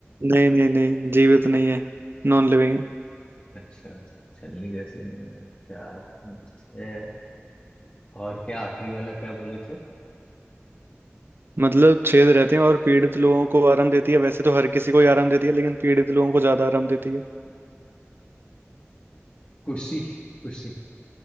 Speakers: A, on the right; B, on the left.
A: नहीं नहीं नहीं जीवित नहीं है नॉन लिविंग है
B: अच्छा छलनी जैसे अ, चार है और क्या आखिरी वाला क्या बोले थे
A: मतलब छेद रहते हैं और पीड़ित लोगों को आराम देती है वैसे तो हर किसी को ही आराम देती है लेकिन पीड़ित लोगों को ज्यादा आराम देती है
B: कुर्सी कुर्सी